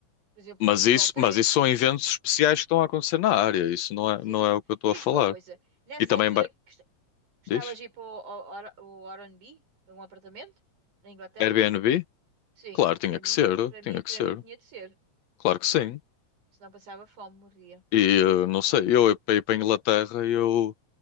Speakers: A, on the right; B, on the left.
A: por exemplo,
B: Mas
A: no- nos
B: isso,
A: hotéis.
B: mas isso são eventos especiais que estão a acontecer na área. Isso não é,
A: Sim.
B: não é o que eu estou
A: Diz-me
B: a falar.
A: uma coisa, nessa
B: E também,
A: altura
B: ba-
A: que est- gostavas
B: diz?
A: de ir para o, o, o R&B, um apartamento, na Inglaterra?
B: Airbnb?
A: Sim,
B: Claro, tinha
A: para mim,
B: que ser,
A: para
B: tinha
A: mim, para
B: que ser.
A: mim tinha de ser,
B: Claro que sim.
A: senão passava fome, morria,
B: E
A: tadinha
B: eh, não
A: de mim.
B: sei, eu para ir para a Inglaterra eu